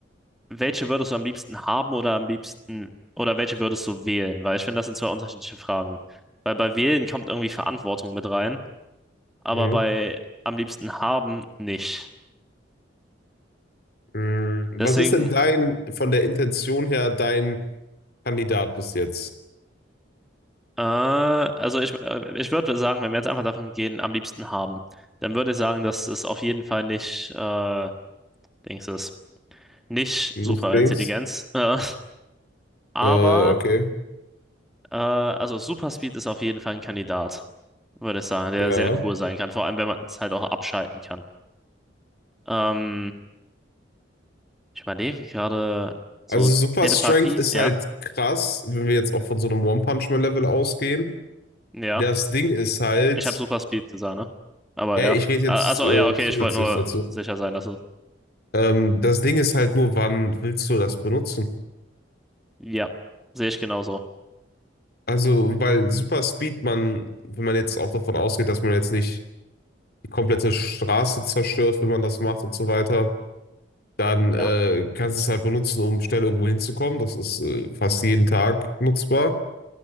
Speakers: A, in the centre; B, on the left (about 55°).
A: welche würdest du am liebsten haben oder am liebsten oder welche würdest du wählen? Weil ich finde, das sind zwei unterschiedliche Fragen. Weil bei wählen kommt irgendwie Verantwortung mit rein, aber
B: Mhm.
A: bei am liebsten haben nicht.
B: Mhm. Was
A: Deswegen,
B: ist denn dein, von der Intention her, dein Kandidat bis jetzt?
A: äh, also ich, äh, ich würde sagen, wenn wir jetzt einfach davon gehen, am liebsten haben, dann würde ich sagen, dass es auf jeden Fall nicht, äh, Dings ist, nicht
B: Nicht
A: Superintelligenz.
B: Dings?
A: <laughs> Äh, aber,
B: Äh, okay.
A: äh, also Superspeed ist auf jeden Fall ein Kandidat, würde ich sagen, der
B: Ja.
A: sehr cool sein kann, vor allem wenn man es halt auch abschalten kann. Ähm, ich überlege gerade so
B: Also Super
A: Telepathie,
B: Strength ist
A: ja,
B: halt krass, wenn wir jetzt auch von so einem One Punch Man Level ausgehen.
A: ja.
B: Das Ding ist halt,
A: Ich habe Super Speed gesagt, ne? Aber
B: ja,
A: ja.
B: ich rede
A: A-
B: jetzt
A: Also
B: äh,
A: ja, okay,
B: zusätzlich
A: ich wollte nur
B: dazu.
A: sicher sein, dass es.
B: Ähm, das Ding ist halt nur, wann willst du das benutzen?
A: Ja, sehe ich genauso.
B: Also, weil Super Speed, man, wenn man jetzt auch davon ausgeht, dass man jetzt nicht die komplette Straße zerstört, wenn man das macht und so weiter, dann
A: Ja,
B: äh, kannst du es halt benutzen, um schnell irgendwo hinzukommen. Das ist äh, fast jeden Tag nutzbar.